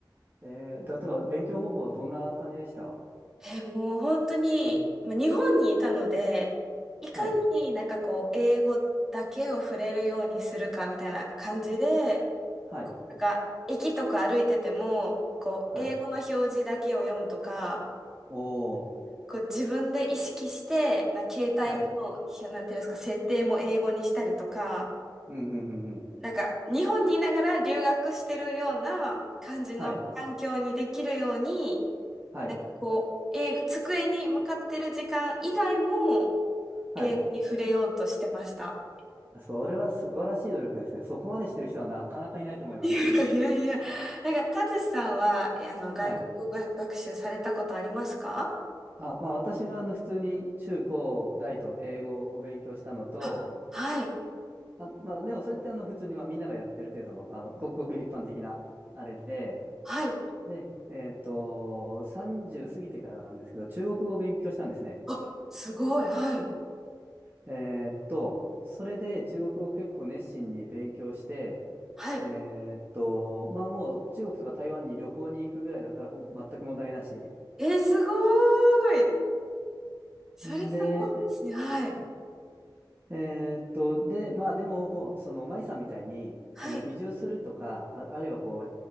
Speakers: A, on the right; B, in the centre.
A: えー、例えば勉強方法はどんな感じでした
B: えー、もう本当に、まあ日本にいたので、いかになんかこう、
A: はい。
B: 英語だけを触れるようにするかみたいな感じで、
A: はい。
B: なんか、駅とか歩いてても、こう、
A: はい。
B: 英語の表示だけを読むとか、
A: おー。
B: こう自分で意識して、な携帯の、
A: はい。
B: ひなんていうんですか、設定も英語にしたりとか、
A: うん、うん、うん、うん。
B: なんか日本にいながら留学してるような感じの環境にできるように、
A: はい。はい。
B: なんかこう、英語、机に向かってる時間以外も
A: はい。
B: 英語に触れようとしてました。
A: それは素晴らしい努力ですね。そこまでしてる人はなかなかいないと思います。
B: <laughs> いやいやいや、なんか、たつしさんは、えあの、外国語学習されたことありますか
A: はい。あ、まあ私はあの普通に中高大と英語を勉強したのと、
B: あ、はい、
A: あ、まあでもそれってあの普通にまあみんながやってる程度の、あのごくごく一般的なあれで、
B: はい。
A: で、えっと、30過ぎてからなんですけど、中国語を勉強したんですね。
B: あ、すごい、はい、
A: えっと、それで中国語を結構熱心に勉強して、
B: はい。
A: えっと、まあもう中国とか台湾に旅行に行くぐらいだったらほん全く問題なし。
B: えー、すごーい。それすごいですね。
A: で、
B: はい、
A: えーっと、で、まあでも、その、舞さんみたいに、
B: はい、
A: その移住するとか、あ、あるいはこ